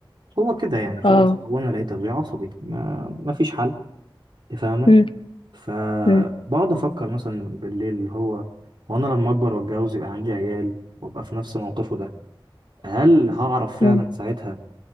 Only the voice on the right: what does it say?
هو كده يعني خلاص
هو انا لقيت ابويا عصبي ما ما فيش حل أنت فاهمة
فبقعد
افكر مثلا بالليل اللي هو هو انا لما اكبر واتجوز يبقى عندي عيال وابقى في نفس موقفه ده هل هعرف فعلا
ساعتها